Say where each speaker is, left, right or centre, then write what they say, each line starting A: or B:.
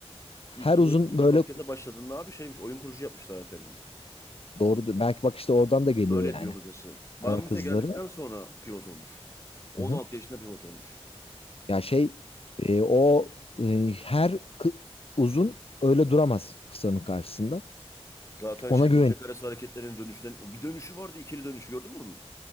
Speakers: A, on the left; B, on the left.
A: her
B: ilk Giresun'da
A: uzun böyle
B: baskete başladığında abi şeymiş oyun kurucu yapmışlar Alperen'i.
A: doğru belki bak işte oradan da geliyor
B: Öyle
A: yani.
B: diyor hocası. Banvit'e
A: Ayak hızları.
B: geldikten sonra pivot olmuş. 16
A: Hı hı.
B: yaşında pivot olmuş.
A: Ya şey e, o e, her kı- uzun öyle duramaz kısanın karşısında.
B: Zaten
A: Ona
B: şey
A: güven.
B: bacak arası hareketlerinin dönüşten o bir dönüşü vardı ikili dönüşü gördün mü onu?